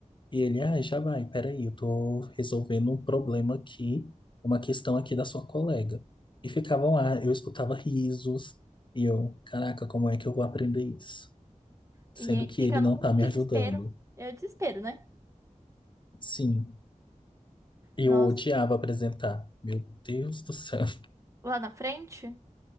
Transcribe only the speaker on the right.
E
aí
fica
num
desespero.
É desespero, né?
Nossa.
Lá na frente,